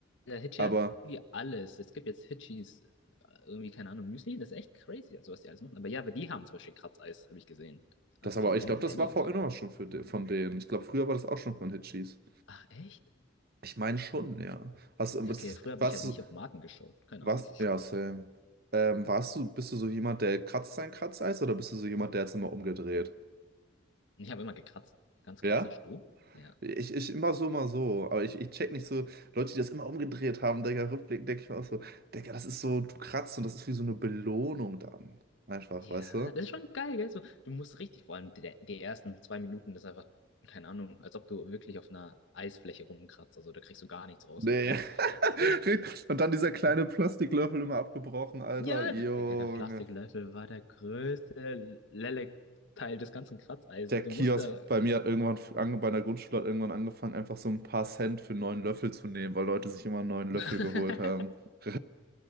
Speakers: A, on the left; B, on the right.
A: Der Hitchi
B: Aber,
A: hat irgendwie alles. Es gibt jetzt Hitchis, äh, irgendwie, keine Ahnung, Müsli. Das ist echt crazy, also was die alles machen. Aber ja, aber die haben zum Beispiel Kratzeis, habe ich gesehen. Aber
B: das
A: von
B: aber, ich
A: Random
B: glaube, das
A: Penny
B: war vorhin
A: und so.
B: auch schon für, de- von denen. Ich glaube, früher war das auch schon von Hitchis.
A: Ach, echt?
B: Ich meine schon, ja. Hast, du-
A: Ja,
B: was,
A: Okay, früher habe
B: was,
A: ich halt nicht auf Marken geschaut. Keine
B: Was?
A: Ahnung. <laughs>
B: Ja, same. Ähm, warst du, bist du so jemand, der kratzt sein Kratzeis oder bist du so jemand, der jetzt immer umgedreht?
A: Ich habe immer gekratzt. Ganz
B: Ja?
A: klassisch, du? Ja.
B: Ich, ich immer so, immer so. Aber ich, ich check nicht so, Leute, die das immer umgedreht haben, Digga, rückblickend denke ich mir auch so, Digga, das ist so, du kratzt und das ist wie so eine Belohnung dann. Einfach,
A: Ja,
B: weißt du?
A: das ist schon geil, gell? So, du musst richtig, vor allem die, die ersten zwei Minuten, das ist einfach, keine Ahnung, als ob du wirklich auf einer Eisfläche rumkratzt. Also da kriegst du gar nichts rausgefühlt.
B: Nee.
A: <laughs>
B: <laughs> Und dann dieser kleine Plastiklöffel immer abgebrochen, Alter.
A: Ja,
B: Junge.
A: Digga, der Plastiklöffel war der größte Lelek-Teil des ganzen Kratzeis.
B: der
A: Du
B: Kiosk
A: musst da.
B: bei mir hat irgendwann, ange- bei der Grundschule hat irgendwann angefangen, einfach so ein paar Cent für einen neuen Löffel zu nehmen, weil Leute sich immer einen neuen Löffel
A: <laughs>
B: geholt haben. <laughs>